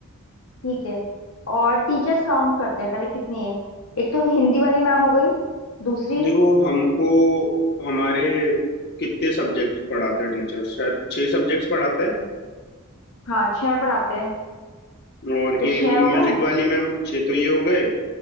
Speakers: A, on the left; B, on the left.
A: ठीक है और टीचर्स काउंट करते हैं पहले कितनी है एक तो हिंदी वाली मैम हो गई दूसरी
B: देखो हमको हमारे कितने सब्जेक्ट्स पढ़ाते हैं टीचर शायद छः सब्जेक्ट्स पढ़ाते हैं
A: हाँ छह पढ़ाते हैं
B: और
A: तो
B: एक
A: छह हो
B: म्यूजिक
A: गए
B: वाली मैम छह तो ये हो गए